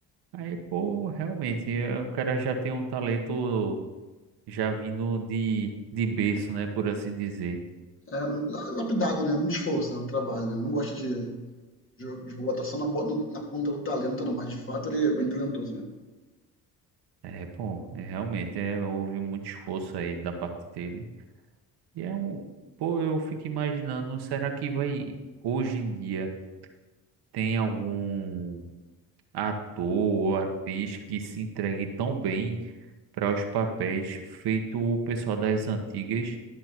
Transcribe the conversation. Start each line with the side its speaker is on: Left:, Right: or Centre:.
Right: Aí, pô, realmente, é, o cara já tem um talento já vindo de, de berço, né? Por assim dizer.
Left: é, la- lapidado, né, muito esforço, né, no trabalho, né, não gosto de, de, de botar só na, bo- na, na ponta do talento, não, mas de fato ele é bem talentoso mesmo.
Right: É, pô, é, realmente é, houve muito esforço aí da parte dele. E é um, pô, eu fico imaginando, será que vai, hoje em dia, tem algum ator ou atriz que se entregue tão bem para os papéis feito o pessoal das antigas?